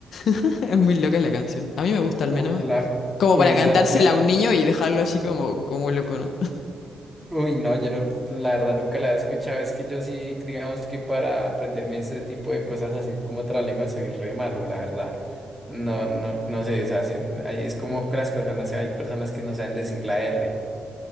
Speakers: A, on the left (about 70°); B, in the centre.
A: <laughs> Es muy loca la canción. A mí me gusta al
B: Uf,
A: menos.
B: la,
A: Como
B: uy,
A: para
B: esa,
A: cantársela
B: la-
A: a un niño y dejarlo así como, como loco, ¿no?
B: Uy, no, yo no, la verdad nunca la he escuchado. Es que yo sí, digamos que para aprenderme ese tipo de cosas así como otra lengua soy re malo, la verdad. No, no, no sé, o sea, si- ay, es como que las personas, hay personas que no saben decir la R,